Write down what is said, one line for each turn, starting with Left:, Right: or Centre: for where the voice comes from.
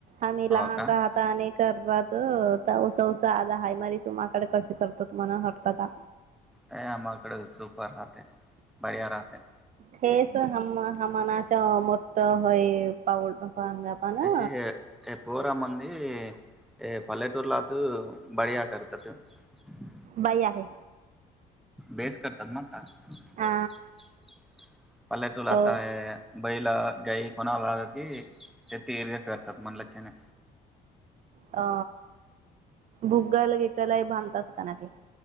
Right: आम्ही
Centre: हो
Right: लहान
Centre: का
Right: राहता आणिक सर्वात उसा उसा आलं हाळी मारीत. माकड कसे करतत मला हटकता.
Centre: अ आमाकडे सुपर राहते, बढिया राहते.
Right: हेच ह हमनाच मोठ हय पाऊल पाग पणा
Centre: तशी <unintelligible>
Right: बाई आहे.
Centre: बेस करतात. म <unintelligible>
Right: आ हो
Centre: गाई कोणाला ती ते इर्ग करतात म्हणल छान हाय
Right: अ भुगाला घेकाला बाधंतात. <unintelligible>